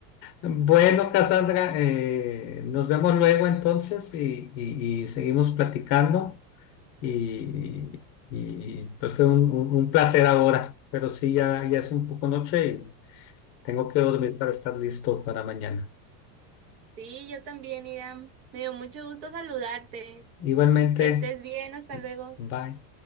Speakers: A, on the left; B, on the right.
A: Bueno, Cassandra, eh, nos vemos luego entonces y, y- y seguimos platicando. Y, y, pues fue un, un- un placer ahora, pero sí, ya, ya es un poco noche y tengo que dormir para estar listo para mañana.
B: Sí, yo también, Iram. Me dio mucho gusto saludarte.
A: Igualmente,
B: Que estés bien, hasta luego.
A: bye.